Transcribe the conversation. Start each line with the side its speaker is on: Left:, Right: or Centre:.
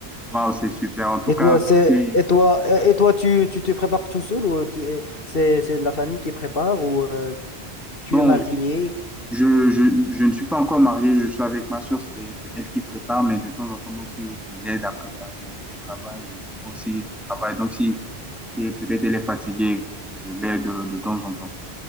Centre: Waouh, c'est super. En tout
Left: Et
Centre: cas,
Left: toi, c'est,
Centre: merci.
Left: et toi, euh, et toi, tu, tu te prépares tout seul ou euh, qui, c'est, c'est la famille qui prépare ou euh, tu
Centre: Bon,
Left: es marié?
Centre: je, je, je ne suis pas encore marié, je suis avec ma soeur, c'est c'est elle qui prépare, mais de temps en temps moi aussi, je l'aide à préparer, vu qu'elle travaille, et moi aussi, je travaille. Donc, si si elle peut-être elle est fatiguée, je l'aide de, de temps en temps.